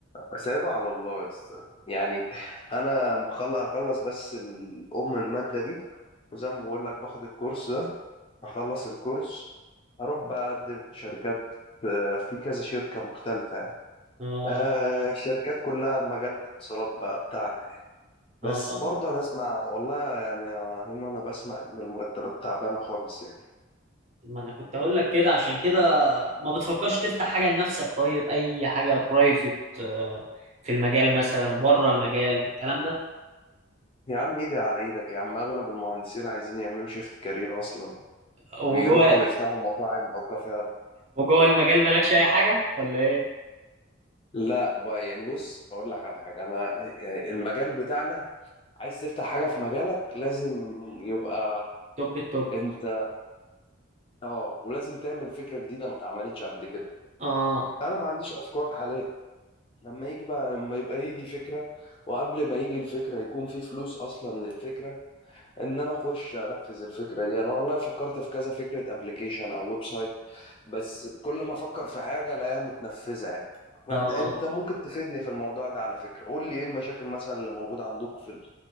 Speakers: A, on the left; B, on the right.
A: سايبها على الله بس يعني انا مخلص هخلص بس الام المادة دي وزي ما بقول لك باخد الكورس ده هخلص الكورس هروح بقى اقدم في شركات في كذا شركة مختلفة يعني
B: اه
A: آه شركات كلها مجال الاتصالات بقى بتاعنا بس
B: اه
A: برضه انا اسمع والله يعني يا هيما انا بسمع ان المرتبات تعبانه خالص يعني
B: ما انا كنت هقول لك كده عشان كده ما بتفكرش تفتح حاجة لنفسك طيب اي حاجة برايفت في المجال مثلا بره المجال الكلام ده
A: يا عم ايدي على ايدك يا عم اغلب المهندسين عايزين يعملوا شيفت كارير اصلا
B: وجوه
A: ويروحوا ويفتحوا مطاعم او كافيهات
B: وجوه المجال مالكش اي حاجة ولا ايه
A: لا بقى يعني بص اقول لك على حاجه انا يعني المجال بتاعنا عايز تفتح حاجه في مجالك لازم يبقى
B: توب التوب
A: انت اه ولازم تعمل فكره جديده ما اتعملتش قبل كده
B: اه
A: انا ما عنديش افكار حاليا لما يجي بقى لما يبقى يجي فكره وقبل ما يجي الفكره يكون في فلوس اصلا للفكره ان انا اخش انفذ الفكره دي انا والله فكرت في كذا فكره ابلكيشن او ويب سايت بس كل ما افكر في حاجه الاقيها متنفذه يعني فانت
B: اه
A: انت ممكن تفيدني في الموضوع ده على فكره قول لي ايه المشاكل مثلا اللي موجوده عندكم في ال-